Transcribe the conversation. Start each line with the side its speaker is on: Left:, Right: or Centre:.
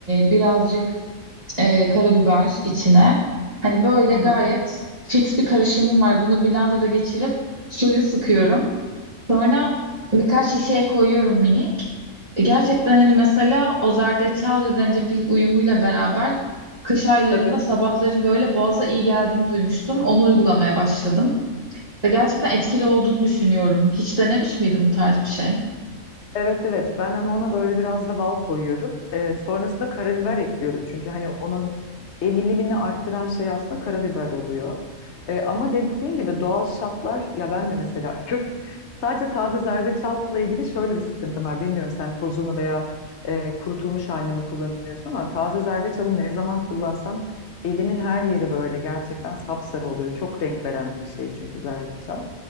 Right: birazcık e, karabiber içine. Hani böyle
Left: Hı hı.
Right: gayet fix bir karışımım var. Bunu blenderda geçirip suyunu sıkıyorum. Sonra birkaç şişeye koyuyorum minik. E, Gerçekten hani mesela o zerdeçal ve zencefil uyumuyla beraber kış aylarında
Left: Tabii.
Right: sabahları böyle boğaza iyi geldiğini duymuştum. Onu uygulamaya başladım. Ve gerçekten etkili olduğunu düşünüyorum. Hiç denemiş miydin bu tarz bir şey?
Left: Evet evet ben ama ona böyle biraz da bal koyuyorum. Ee, sonrasında karabiber ekliyorum. Çünkü hani onun emilimini arttıran şey aslında karabiber oluyor. Ee, ama dediğin gibi doğal şartlar ya ben de mesela <laughs> kök sadece taze zerdeçalla ilgili şöyle bir sıkıntım var. Bilmiyorum sen tozunu veya e, kurutulmuş halini mi kullanıyorsun ama taze zerdeçalı ne zaman kullansam elimin her yeri böyle gerçekten sapsarı oluyor. Çok renk veren bir şey çünkü zerdeçal.